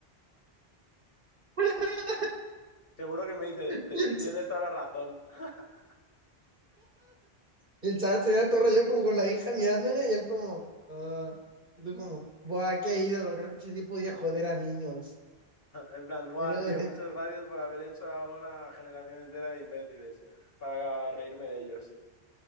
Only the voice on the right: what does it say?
<laughs>
Y
el,
ch-
y el chaval sería todo rayado como con la hija mirándole y él como, ah, y tú como, Buah, qué ídolo, creo que ese tipo podía joder a niños.
Era-